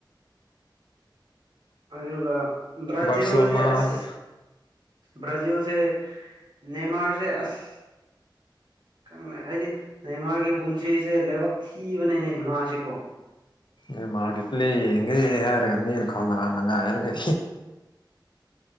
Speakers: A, on the right (about 65°); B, on the left (about 70°).
A: ꯑꯗꯨ ꯕꯥꯖꯜꯁꯦꯁ
B: ꯕꯥꯔꯁꯦꯂꯣꯅꯥꯒꯤ
A: ꯕꯥꯖꯤꯜꯁꯦ ꯃꯦꯃꯔꯁꯦ ꯑꯁ ꯈꯪꯅ ꯍꯥꯏꯗꯤ ꯅꯍꯤꯃꯥꯔꯒꯤ ꯄꯨꯟꯁꯤꯁꯦ ꯂꯥꯏꯕꯛ ꯊꯤꯕꯅꯤꯅꯦꯍꯦꯃꯥꯁꯤꯀꯣ
B: ꯑꯦ ꯃꯥꯒꯤ ꯄ꯭ꯂꯦ ꯌꯦꯉꯦ ꯌꯥꯔꯛꯅꯤ ꯀ ꯅꯉꯔ ꯀ